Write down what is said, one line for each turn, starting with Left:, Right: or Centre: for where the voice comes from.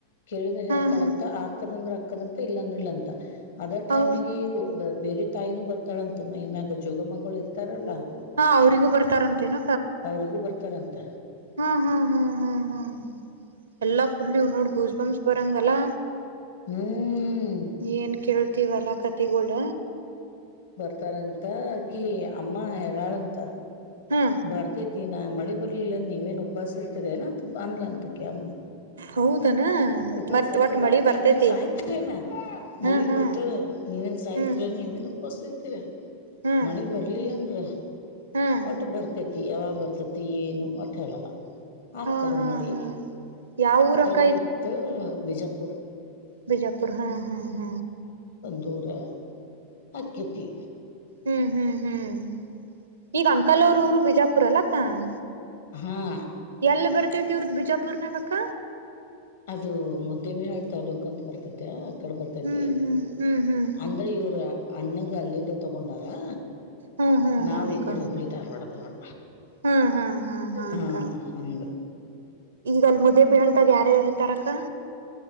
Left: ಕೇಳಿದ್ರೆ
Right: ಹಾ
Left: ಹೇಳ್ತಾಳಂತ
Right: ಹಾ
Left: ಆಕದ ಅಂದ್ರ ಆಕ್ಕದಂತ ಇಲ್ಲಾಂದ್ರ ಇಲ್ಲ ಅಂತ. ಅದ
Right: ಹೌ
Left: ಟೈಮಿಗೆ ಇವು ದ ಬೇರೆ ತಾಯಿನೂ ಬರ್ತಾಳಂತ ಮೈ ಮ್ಯಾಗ ಜೋಗಮ್ಮಗೋಳ ಇರ್ತಾರಲ್ಲಾ
Right: ಹಾ ಅವ್ರಿಗೂ ಬರ್ತಾರಂತೇನ
Left: ಅವರಿಗೂ ಬರ್ ತರಂತ.
Right: ಹ್ಮ ಹಂ ಹಂ ಹಂ ಎಲ್ಲ ನೋಡ್ ಗೂಸ್ ಬಂಪ್ಸ್ ಬರಂಗಲ್ಲಾ
Left: ಹ್ಮ್
Right: ಏನ್ ಕೇಳ ತಿವಾಲಕಾ ತಿಬಡ
Left: ಬರ್ತಾರಂತಅಕಿ ಅಮ್ಮ ಹೇಳಂತ
Right: ಹಾ
Left: ಬರ್ತಿತಿ ತ್ತಿ ನಾ ಮಳಿ ಬರ್ಲಿಲ್ಲ ಅಂದ ನೀವೇನ್ ಉಪಾಸ ಇರ್ತೀರ ಏನ ಅಂತ ಬಂದ್ಲನಂತ ಅಕಿ ಅಮ್ಮ
Right: ಹೌದನ
Left: ಉಪವಾಸ
Right: ಮತ್
Left: ಇರ್ತೀರೆನ್
Right: ಒಟ್ ಮಳಿ ಬರ್ತೇತಿ
Left: ನೀವೇನ್ ಸಾಯ್ತಿರೇನ
Right: ಹಾ
Left: ಮಳಿ
Right: ಹಾ
Left: ಬರ್ತಾದ ನೀವೇನ್ ಸಾಯ್ತಿರ
Right: ಹ್ಮ್
Left: ನೀವೇನ್ ಬಸ್ತಿ ಕೆರೆ
Right: ಹ್ಮ್
Left: ಮಳೆ ಬರ್ಲಿಲ್ಲಂದ್ರ
Right: ಹ್ಮ್
Left: ಒಟ್ಟು ಬರ್ತೇ ತ್ತಿ ಯಾವಾಗ ಬರ್ತತಿ ಏನು ಒಟ್ಟು ಹೇಳಲ್ಲಾ ಅಕ್ಕದ
Right: ಹಾ ಹಾ
Left: ಮಳಿ
Right: ಹಾ ಯಾವ ಊರಕ್ಕ
Left: ತಡ ಇತ್ ಬಿಜ ಬೋರ
Right: ಬಿಜಾಪುರ ಹ ಹ ಹ
Left: ದೂಯ್ಯ ಆಕ್ಕೆತಿ
Right: ಹ್ಮ್ ಹ್ಮ್ ಹ್ಮ್ ಈಗ ಆಂಕಲ್ ಊರು ಬಿಜಾಪುರ ಅಲ್ಲಕ್ಕ ಹ್ಹು
Left: ಹ್ಹಾ
Right: ಎಲ್ಲಿ ಬರ್ತೇತಿ ಇವರದು ಬಿಜಾಪುರ್ನಾಗ ಅಕ್ಕ
Left: ಅದು ಮುದ್ದೆಬಿಹಾಳ ತಾಲ್ಲೂಕು ಅಂತ ಬರ್ತತ್ಯಾ ಅಕಡೆ ಬರ್ತೈತಿ
Right: ಹ್ಮ್ ಹ್ಮ್ ಹ್ಮ್ ಹ್ಮ್
Left: ಅಂದ್ರೆ ಇವ್ರ ಅಣ್ಣಗ ಅಲ್ಲಿದ ತೊಗೊಂಡಾರಾ
Right: ಹ್ಮ್ ಹ್ಮ್
Left: ನಾವು
Right: ಹ್ಮ್ ಅಕ್ಕ
Left: ಈ ಕಡೆ ಹುಬ್ಳಿ ಧಾರ್ವಾಡದವರು
Right: ಹ್ಮ್ ಹ್ಮ್ ಹ್ಮ್
Left: ಕ್ಸಾ
Right: ಅಕ್ಕ
Left: ಹ್ಹಿ ಹಾ ಹಂಗ
Right: ಈಗ ಅಲ್ಲಿ ಮುದ್ದೆ ಬಿಹಾಳದಾಗ ಯಾರು ಯಾರ ಇರ್ತಾರ ಅಕ್ಕಾ